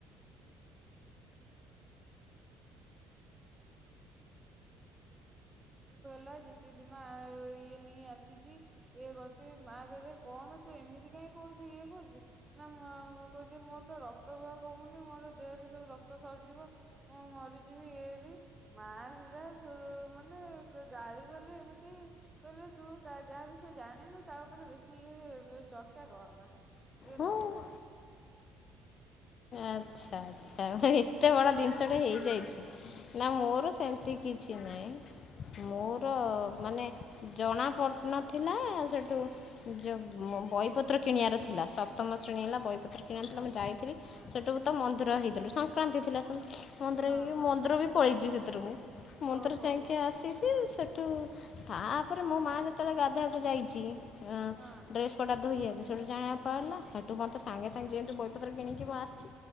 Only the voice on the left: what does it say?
ମୁଁ
ଆଚ୍ଛା ଏତେ ବଡ ଜିନିଷଟା ଏଇ ରଛି ନା ମୋର ସେତି କିଛି ଚନ୍ ନାାଇ ମୋର ମାନେ ଜଣା ପଟନ ଥିଲା ସେଠୁ ଯେଉଁ ବହିପତ୍ର କିଣିବାର ଥିଲା ସପ୍ତମ ଶ୍ରେଣୀ ହେ ବହିପ - କିଣଥିଲୁ
ମୁଁ ଯାଇଥିଲି
ସେଠୁ ତ ମନ୍ଦିର ହେଇଥିଲୁଙ୍ଗ ସଂକ୍ରାନ୍ତି ଥିଲା ସେୁ ମନ୍ଦିର
ମନ୍ଦିର
ବି ପଳେଇଛି ସେଥିରୁ ମୁଁ ମନ୍ଦିର
ଯାଇକି
ଆସିଛି ସେଠୁ ତାପରେ ମୋ ମା ଯେତେବେଳେ ଗାଧୁୋଇଆକୁ ଯାଇଛି ଅ
ଡ୍ରେସ ପଟା ତ ଧୋଇଆଗ ୋଟାଣ
ିଲ ହେଟୁ ମତେ - ସାଙ୍ଗେ ସାଙ୍ଗେ ଯେହେତୁ ବହିପତ୍ର କିଣିକି ଆସିଛି